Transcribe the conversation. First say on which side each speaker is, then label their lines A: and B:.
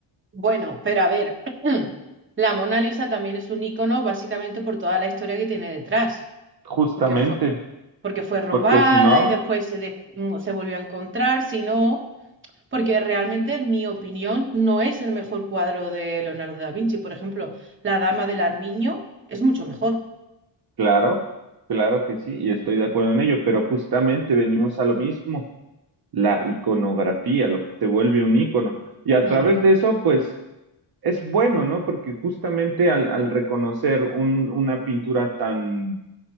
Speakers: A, on the right; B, on the right.
A: Bueno, pero a ver, <clears throat> la Mona Lisa también es un icono básicamente por toda la historia que tiene detrás,
B: Justamente,
A: porque fue, porque fue robada
B: porque si no,
A: y después se, des- mm, se volvió a encontrar, si no, porque realmente, en mi opinión, no es el mejor cuadro de Leonardo da Vinci. Por ejemplo, La Dama del Armiño es mucho mejor.
B: claro, claro que sí, y estoy de acuerdo en ello, pero justamente venimos a lo mismo, la iconografía, lo que te vuelve un ícono. Y a
A: Mm,
B: través de eso, pues es bueno, ¿no? Porque justamente al, al reconocer un- una pintura tan